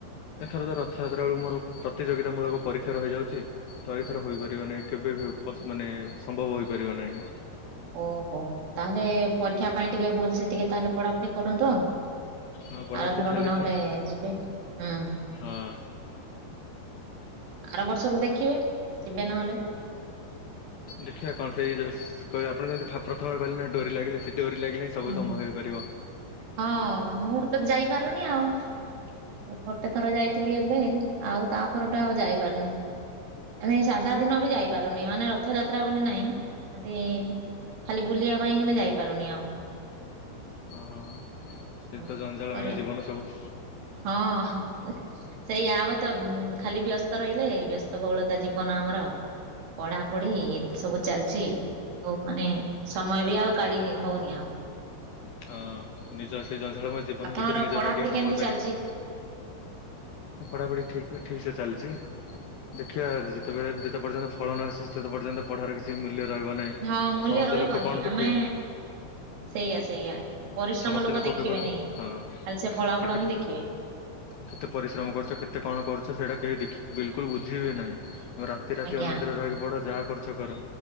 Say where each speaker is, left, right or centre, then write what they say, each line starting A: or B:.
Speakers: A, on the left; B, on the right.
A: ଏଥର ତ ରଥଯାତ୍ରା ବେଳକୁ ମୋର ପ୍ରତିଯୋଗିତା ମୂଳକ ପରୀକ୍ଷା ରହିଯାଉଚି। ତ ଏଇଥର ହୋଇପାରିବ ନାଇଁ କେବେ ବି ପସ ମାନେ ସମ୍ଭବ ହୋଇପାରିବ ନାଇଁ।
B: ଓହୋ ତାହେଲେ ପରୀକ୍ଷା ପାଇଁ ଟିକେ ଭଲସେ ଟିକେ ତାହେଲେ ପଢ଼ାପଢ଼ି କରନ୍ତୁ ଆଉ।
A: ହଁ ପଢାପଢି
B: ଆର ଥରକୁ
A: ଚାଲିଛି
B: ନହେଲେ ଯିବେ ହୁଁ।
A: ହଁ
B: ଆର ବର୍ଷକୁ ଦେଖିବେ ଯିବେ ନହେଲେ।
A: ଦେଖିବା କଣ ସେଇ ଯୋଉ ରସ୍ ଆପଣ ଯେମିତି ଫ ପ୍ରଥମରୁ କହିଲେ ନା ଡୋରି ଲାଗିଲେ ସେ ଡୋରି ଲାଗିଲେ ସବୁ
B: ହୁଁ
A: ସମ୍ଭବ ହେଇପାରିବ।
B: ହଁ ମୁଁ ତ ଯାଇପାରୁନି ଆଉଁ। ଗୋ ଗୋଟେ ଥର ଯାଇଥିଲି ଏବେଁ ଆଉ ତାପରଠୁ ଆଉ ଯାଇପାରୁନି। ମାନେ ସାଧା ଦିନ ବି ଯାଇପାରୁନି ମାନେ ରଥଯାତ୍ରା ବୋଲି ନାଇଁ ଏମତି ଇ ଇ ଖାଲି ବୁଲିବା ପାଇଁ ହେଲେ ଯାଇପାରୁନି ଆଉଁ।
A: ହଁ ହଁ ହଁ ସିଏ
B: ହଁ
A: ତ ଜଞ୍ଜାଳ
B: କଣ କରିବା
A: ମୟ ଜୀବନ ସବୁ।
B: ହଁ ହଁ। ସେଇଆ ଆମେ ତ ଉଁ ଖାଲି ବ୍ୟସ୍ତ ରହିଲେ ବ୍ୟସ୍ତ ବହୁଳତା ଜୀବନ ଆମର। ପଢ଼ାପଢ଼ି ଏତେ ସବୁ ଚାଲଚି ହଉ ମାନେ ସମୟ ବି ଆଉ କାଢ଼ି ହଉନି ଆଉ।
A: ହଁ ନିଜ ସେ ଜଁଝାଳ ମୟ ଜୀବନ
B: ଆପଣଙ୍କର
A: ଭିତେରେ ନିଜ
B: ପଢାପଢି
A: ପାଇଁ ଟିକେ ସମୟ
B: କେମିତି
A: କାଟିବେ।
B: ଚାଲିଛି?
A: ମୋ ପଢ଼ାପଢ଼ି ଠିକ୍ ରେ ଠିକ୍ ସେ ଚାଲଚି ଦେଖିବା
B: ହଁ।
A: ଯି ତେବେଳେ ଯେତେ ପର୍ଯ୍ୟନ୍ତ ଫଳ ନ ଆସଚି ସେତେ ପର୍ଯ୍ୟନ୍ତ ପଢ଼ାର କି ଛି ମୂଲ୍ୟ ରହିବ ନାଇଁ
B: ହଁ ମୂଲ୍ୟ
A: ସମସ୍ତେ
B: ରହିବନି
A: ଲୋକ କଣ
B: ଆମେ
A: ଦେଖିବେ?
B: ସେଇଆ ସେଇଆ ପରିଶ୍ରମ
A: ସମସ୍ତେ
B: ଲୋକ ଦେଖିବେ
A: କେବଳ
B: ନାଇଁ ଖାଲି
A: ହଁ
B: ସେ ଫଳା
A: କେତେ
B: ଫଳ ହିଁ ଦେଖିବେ।
A: କେତେ ପରିଶ୍ରମ କରୁଚ କେତେ କଣ କରୁଚ ସେଡ଼ା କେହି ଦେଖି ବିଲକୁଲ ବୁଝିବେ ନାହିଁ। ତମେ ରାତି ରାତି
B: ଆଜ୍ଞା
A: ଅନିଦ୍ର ରହିକି ପଢ଼ ଯାହା କରୁ ଚ କର